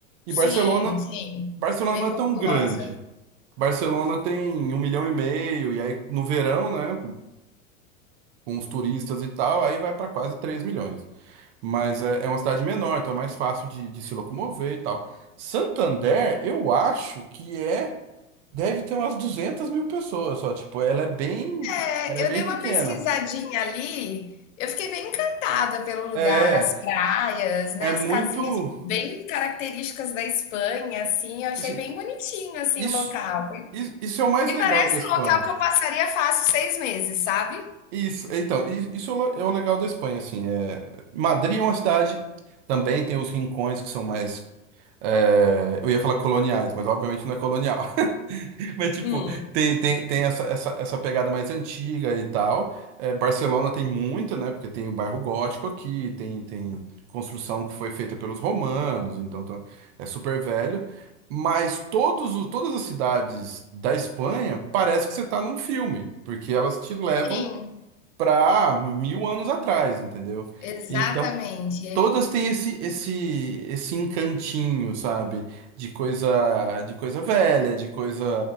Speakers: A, on the right; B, on the left.
A: E
B: Sim,
A: Barcelona,
B: sim,
A: Barcelona
B: bem
A: não é
B: populosa.
A: tão grande. Barcelona tem um milhão e meio, e aí no verão, né, com os turistas e tal, aí vai para quase 3 milhões. Mas é, é uma cidade menor, então é mais fácil de, de se locomover e tal. Santander, eu acho que é, deve ter umas 200 mil pessoas só, tipo, ela é bem,
B: É,
A: ela é bem
B: eu dei uma
A: pequena.
B: pesquisadinha ali, eu fiquei bem encantada pelo lugar,
A: É,
B: as praias, né,
A: é muito,
B: as casinhas bem características da Espanha, assim, eu achei
A: assim,
B: bem bonitinho, assim,
A: isso,
B: o local.
A: isso isso é o mais
B: Me
A: legal
B: parece
A: da Espanha.
B: um local que eu passaria fácil seis meses, sabe?
A: Isso, então, i- isso é o le- é o legal da Espanha, assim, é, Madrid é uma cidade, também tem os rincões que são mais, é, eu ia falar coloniais, mas obviamente não é colonial, <laughs> mas tipo,
B: Hum.
A: tem, tem, tem essa, essa, essa pegada mais antiga e tal, É, Barcelona tem muito, né, porque tem o bairro gótico aqui, tem, tem construção que foi feita pelos romanos, então tá- é super velho, mas todos, o- todas as cidades da Espanha parece que você tá num filme, porque elas te levam
B: Sim,
A: para mil anos atrás, entendeu?
B: exatamente.
A: Então, todas têm esse esse esse encantinho, sabe? De coisa de coisa velha, de coisa,